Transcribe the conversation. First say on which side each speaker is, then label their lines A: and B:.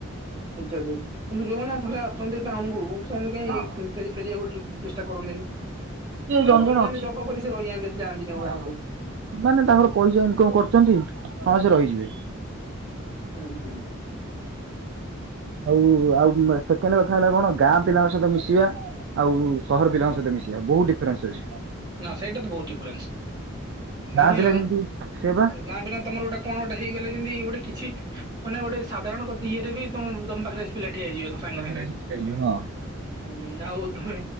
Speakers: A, on the right; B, on the right.
A: ଆଛା ଜି ଯୋଉ ମାନେ ଥୋଡା ଆସନ୍ତି ଟାଉନ କୁ ସେମାନେ କାଇଁ
B: ହଁ ହଁ।
A: ଫେରି ଫେରିବେ ବୋଲି ଚେଷ୍ଟା କରନ୍ତିନି। କିନ୍ତୁ
B: ସେ
A: ସେମାନେ
B: ଜଣେ
A: ରହିଯାଆନ୍ତି।
B: ଜଣେ ଅଛି
A: ଯବ୍ ଫବ୍ କରି ସେ ରହିଯାଆନ୍ତି ଏଠି। ଯାଆନ୍ତିନି ଆଉ
B: ହଁ
A: ଗାଁ କୁ।
B: ସେମାନେ ତାଙ୍କର ପଇସା ଇନକମ୍ କରୁଛନ୍ତି, ହଁ ସେ ରହିଯିବେ।
A: ହୁଁ ହୁଁ।
B: ଆଉ ଆଉ ସେକେଣ୍ଡ କଥା ହେଲା କଣ? ଗାଁ ପିଲାଙ୍କ ସହିତ ମିଶିବା ଆଉ ସହର ପିଲାଙ୍କ ସହିତ ମିଶିବା ବହୁତ ଡିଫରେନ୍ସ ଅଛି।
A: ନା ସେଇଟା ତ ବହୁତ ଡିଫରେନ୍ସ।
B: ଗାଁ
A: ମାନେ
B: ପିଲା ଯେମିତି ସେ ବା
A: ଗାଁ ବିନା ତମର ଗୋଟେ କଣ ଗୋଟେ ହେଇଗଲେ ଯିଁତି ଗୋଟେ କିଛି, ମାନେ ଗୋଟେ ସାଧାରଣ କତ ଇଏରେ ବି ତ-ତମ ପାଖରେ ଆସି ପିଲା ଠିଆ ହେଇଯିବେ ସାଙ୍ଗେ
B: ପାଖରେ
A: ସାଙ୍ଗେ।
B: ଆସି ଛିଡା ହେଇଯିବେ ହଁ
A: ହୁଁ, ଆଉ ତମେ